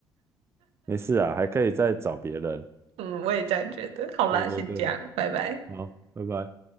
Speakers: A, on the right (about 25°); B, on the right (about 60°).
A: 没事啊，还可以再找别人。
B: 嗯，我也这样觉得。好啦，
A: 对对对，
B: 先这样，拜拜。
A: 好，拜拜。